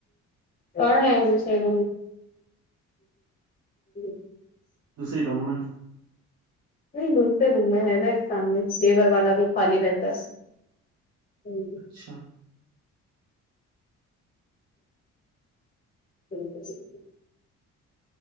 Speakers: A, on the left (about 30°); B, on the right (about 65°).
A: کرنا ہے ج سےڈ <inaudible>
B: دوسری روم میں
A: نہیں دوسرے روم میں ہے نا اس سامنے لیبر والا جو پانی رہتا ہے <unintelligible>
B: اچھا
A: ٹھیک <unintelligible>